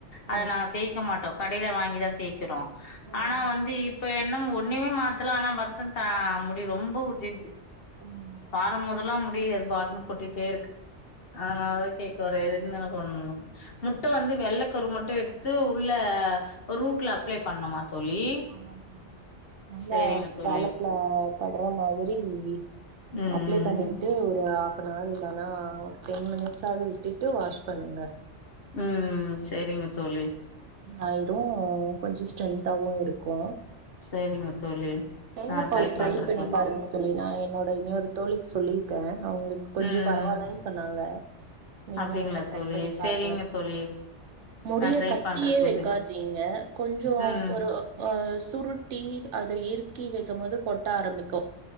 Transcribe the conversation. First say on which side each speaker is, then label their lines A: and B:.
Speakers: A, on the left; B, on the right.
A: அத
B: ம்
A: நா தேய்க்க மாட்டோ கடைல வாங்கி தா தேய்கிறோ
B: ம்
A: ஆனா வந்து இப்ப எ இன்னு ஒன்னுமே மாத்தலா ஆனா வர்சத்த முடி ரொம்போ உ தீர்து
B: ம்
A: பாடம் மொதுல்லா முடியது வாட்ன கொட்டிட்டே இருக்கு அதனாலதா கேக்க வரே என்னன்னா பண்ணனு முட்டை வந்து வெள்ள கரு மட்டு எடுத்து உள்ள ரூட்ல அப்ளே பண்ணுமா தோழி
B: ஆமாங் தோழி நல்லா
A: சேரிங்க
B: ஸ்கேலப்ல
A: தோழி
B: பட்ற மாரி ரி இ இ
A: ம்
B: அப்ளே பண்ணிக்ட்டு
A: ம்
B: ஒரு அ அப்ப நார்து இல்லனா ஒரு டென் மினிட்ஸ்ஸாவது விட்டுட்டு வாஷ் பண்ணுங்க
A: ம் ம் சரிங்க தோழி
B: ஆயிரும் கொஞ்சம் ஸ்ட்ரென்த்தாவும் இருக்கு கும்
A: சேரிங்க தோழி
B: தேங்கா
A: நா
B: பால் ட்ரை
A: பண்றே
B: பண்ணி
A: தோழி
B: பாருங்க தோழி நான் என்னோட இன்னொரு தோழிக்கு சொல்லி ருக்கேன் அவங்களுக்கு கொஞ்சம்
A: ம்
B: பரவாயில்லன்னு சொன்னாங்க நீங்க
A: அப்டிங்களா
B: வேனா ட்ரை
A: தோழி
B: பண்ணி
A: சேரிங்க
B: பாருங்க
A: தோழி
B: முடிய
A: நா ட்ரை
B: கட்டியே
A: பண்றே தோழி
B: வைக்காதீங்க கொஞ்சம்
A: ம்
B: ஒரு ஆ சுருட்டி அத இருக் ருக்கி வைக்கும் போது கொட்ட ஆரம்பிக்கும்